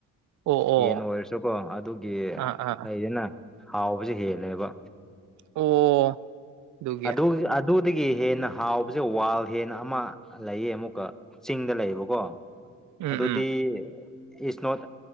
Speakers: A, on the right; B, in the centre.
A: ꯑꯣ ꯑꯣ
B: ꯌꯦꯟ ꯑꯣꯏꯔꯁꯨꯀꯣ ꯑꯗꯨꯒꯤ
A: ꯑꯥ ꯑꯥ
B: ꯂꯩꯗꯅ ꯍꯥꯎꯕꯁꯦ ꯍꯦꯜꯂꯦꯕ
A: ꯑꯣ ꯑꯗꯨꯒꯤ
B: ꯑꯗꯨꯗ ꯑꯗꯨꯗꯒꯤ ꯍꯦꯟꯅ ꯍꯥꯎꯕꯁꯦ ꯋꯥꯜ ꯍꯦꯟꯅ ꯑꯃ ꯂꯩꯌꯦ ꯑꯃꯨꯛꯀ ꯆꯤꯡꯗ ꯂꯩꯌꯦꯕꯀꯣ
A: ꯎꯝ ꯎꯝ
B: ꯑꯗꯨꯗꯤ ꯏꯁ ꯅꯣꯠ